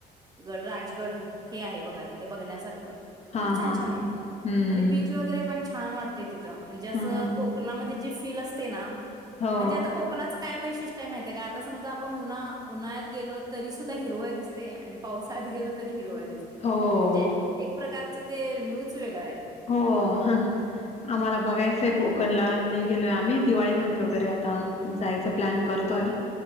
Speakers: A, on the right; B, on the left.
A: गड राजगड हे आहे बघा तिथे बघण्यासारखं
B: हा
A: खूप छान
B: हा हा
A: छान आहे
B: हम्म
A: आणि बीच वगैरे पण छान वाटतेय तिथं म्हणजे असं
B: हम्म
A: कोकणामध्ये जे फील असतेय ना
B: हो
A: म्हणजे आता कोकणाच काय वैशिष्ट्य ते माहितेय का आता समजा आपण उन्हा उन्हाळ्यात गेलो तरी सुद्धा हिरव दिसते आणि पावसाळ्यात गेलो तरी हिरवळ दिसते,
B: हो
A: म्हणजे एक प्रकारच ते व्ह्यूच वेगळा आय.
B: हो ह आम्हाला बघायचंय कोकणला नाही गेलोय आम्ही दिवाळीमध्ये वगैरे. ते आता जायच प्लॅन करतोय.